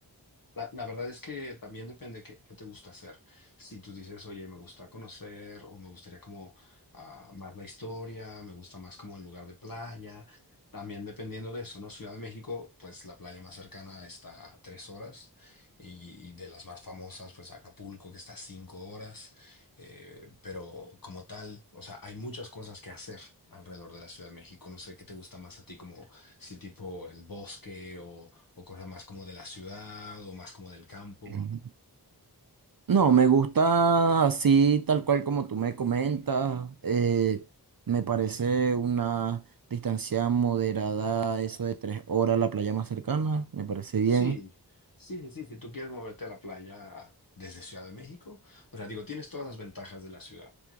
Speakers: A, on the left; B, on the right.
A: La, la verdad es que también depende qué, qué te gusta hacer. Si tú dices, oye, me gusta conocer o me gustaría como ah, más la historia, me gusta más como el lugar de playa, también dependiendo de eso, ¿no? Ciudad de México, pues la playa más cercana está a tres horas y, y de las más famosas, pues Acapulco, que está a cinco horas, Eh, pero como tal, o sea, hay muchas cosas que hacer alrededor de la Ciudad de México. No sé qué te gusta más a ti, como si tipo el bosque o o cosas más como de la ciudad o más como del campo.
B: Em, No, me gusta así, tal cual como tú me comentas. eh, me parece una distancia moderada, eso de tres horas a la playa más cercana. Me parece
A: Sí,
B: bien.
A: sí, sí, sí. Si tú quieres moverte a la playa desde Ciudad de México, o sea, digo, tienes todas las ventajas de la ciudad,